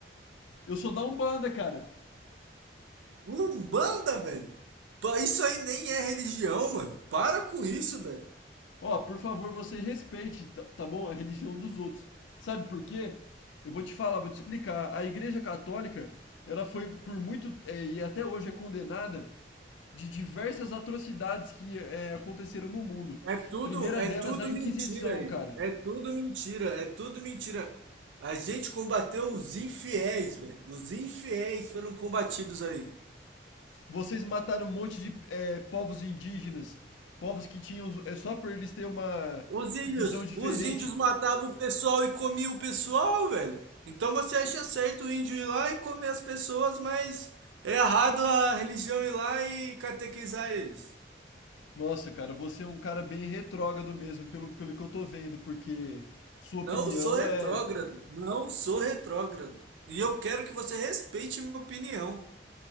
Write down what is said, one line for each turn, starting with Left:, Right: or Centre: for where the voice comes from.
Left: Eu sou da Umbanda, cara.
Right: Umbanda, velho? Pô, Isso aí nem é religião, mano. Para com isso, velho.
Left: Ó, por favor, você respeite, tá, tá bom? A religião dos outros. Sabe por quê? Eu vou te falar, vou te explicar. A Igreja Católica, ela foi por muito, é, e até hoje é condenada de diversas atrocidades que é, aconteceram no mundo.
Right: É tudo,
Left: Primeira
Right: é
Left: delas,
Right: tudo
Left: a Inquisição,
Right: mentira, Igor.
Left: cara.
Right: É tudo mentira, é tudo mentira. A gente combateu os infiéis, velho. Os infiéis foram combatidos aí.
Left: Vocês mataram um monte de é, povos indígenas, povos que tinham, é só por eles terem uma
Right: Os índios,
Left: visão diferente.
Right: os índios matavam o pessoal e comiam o pessoal, velho. Então você acha
Left: O-
Right: certo o índio ir lá e comer as pessoas, mas é errado a religião ir lá e catequizar eles.
Left: Nossa, cara, você é um cara bem retrógrado mesmo, pelo, pelo que eu tô vendo, porque sua opinião
Right: Não sou retrógrado,
Left: é.
Right: não sou retrógrado. E eu quero que você respeite minha opinião.